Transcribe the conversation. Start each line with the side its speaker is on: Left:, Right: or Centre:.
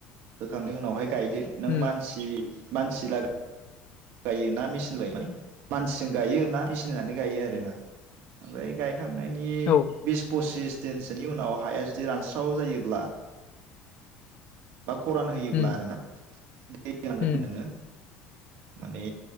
Right: होखांनायनि उनाव गायदो नों
Left: उम
Right: मानसि मानसि ला गायोना मेचिन लायो माने मानसिजों गायोना मेचिन होनानै गायो आरोना ओमफ्राय गाय खांनायनि
Left: औ
Right: बिस पसिस दिनसोनि उनाव हाया जुदि रानस्राव जायोब्ला बा खरान जायोब्ला
Left: उम
Right: आरोना दै <unintelligible>
Left: उम
Right: नोङो। माने